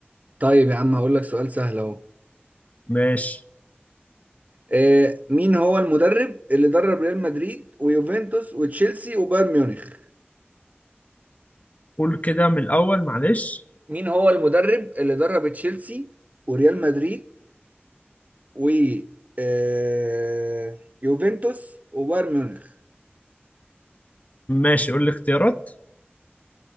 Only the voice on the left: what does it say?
ماشي
قول كده من الاول معلش
ماشي قول لي اختيارات